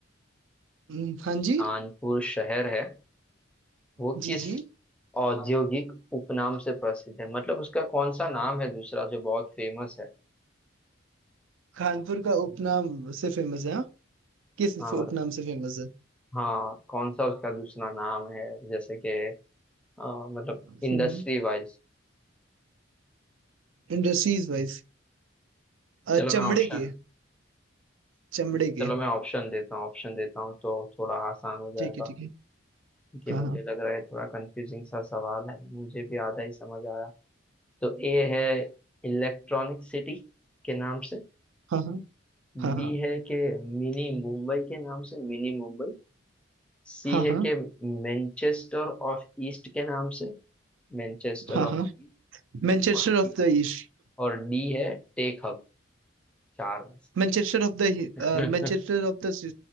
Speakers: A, on the right (about 75°); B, in the centre.
A: <laughs> हम्म, हाँ जी
B: कानपुर शहर है वो
A: जी
B: किस
A: जी
B: औद्योगिक उपनाम से प्रसिद्ध है मतलब उसका कौन सा नाम है दूसरा जो बहुत फेमस है
A: कानपुर का उपनाम से फेमस है हाँ किस
B: हाँ
A: फ-
B: मतलब
A: उपनाम से फेमस है
B: हाँ कौन सा उसका दूसरा नाम है जैसे कि अ, मतलब
A: <laughs>
B: इंडस्ट्री वाइज
A: Industries wise
B: चलो
A: चमड़े
B: मैं ऑप्शन
A: के चमड़े के
B: चलो मैं ऑप्शन देता हूँ ऑप्शन देता हूँ तो थोड़ा आसान हो जाएगा
A: ठीक है ठीक है
B: ये
A: हाँ
B: मुझे
A: हाँ
B: लग रहा है थोड़ा कंफ्यूजिंग सा सवाल है मुझे भी आधा ही समझ आया तो ए है इलेक्ट्रॉनिक सिटी के नाम से
A: हाँ
B: बी
A: हाँ
B: है कि मिनी मुंबई के नाम से मिनी मुंबई सी
A: हाँ
B: है
A: हाँ हाँ हाँ
B: कि मैनचेस्टर ऑफ ईस्ट के नाम से मैनचेस्टर
A: हाँ
B: ऑफ
A: हाँ
B: ईस्ट
A: Manchester
B: और डी
A: of the East
B: और डी है टेक हब चार में से
A: Manchester of the
B: <laughs>
A: Manchester of the